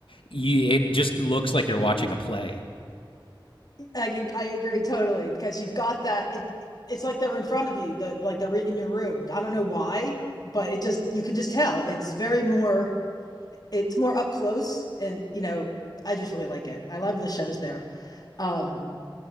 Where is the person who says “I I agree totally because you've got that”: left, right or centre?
Left